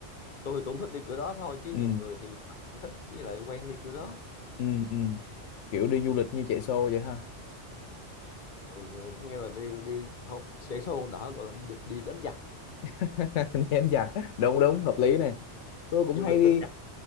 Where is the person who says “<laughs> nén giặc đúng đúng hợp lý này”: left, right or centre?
Left